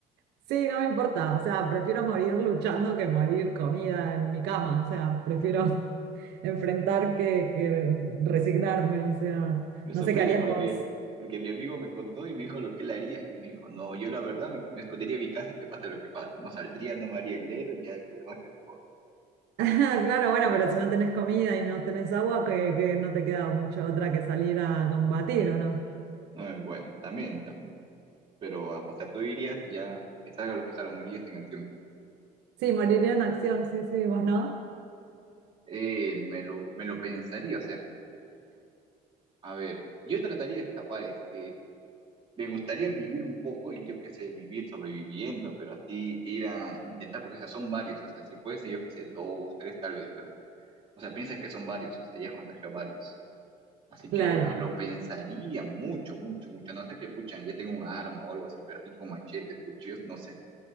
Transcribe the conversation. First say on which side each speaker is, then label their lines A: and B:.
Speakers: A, on the right (about 80°); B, on the right (about 35°).
A: Sí, no me importa, o sea, prefiero morir luchando que morir comida en mi cama, o sea, prefiero <laughs> enfrentar que, que resignarme, o sea,
B: Me
A: no
B: sorprende
A: sé qué harías
B: porque,
A: vos.
B: porque mi amigo me contó y me dijo lo que él haría. Y me dijo, no, yo la verdad me, me escondería a mi casa y que pase lo que pase. No saldría, no me haría el héroe y ya lo demás que se joda.
A: <laughs> Claro, bueno, pero si no tenés comida y no tenés agua, que, que no te queda mucho otra que salir a combatir, ¿o no?
B: Eh, bueno, también, también. Pero, ah, o sea, tú dirías que ya que salga lo que salga, morirías en acción.
A: Sí, moriría en acción, sí, sí, vos no.
B: Eh, me lo, me lo pensaría, o sea, a ver, yo trataría de escapar, es que me gustaría vivir un poco y yo qué sé, vivir sobreviviendo, pero así ir a intentar, porque o sea, son varios, o sea, si fuese yo qué sé, dos, tres tal vez, pero, o sea, piensa que son varios, o sea, ya has contagiado a varios. Así que
A: Claro,
B: me lo pensaría mucho, mucho, mucho. No sé qué pucha, ya tengo un arma o algo así, pero así con machetes, cuchillos, no sé.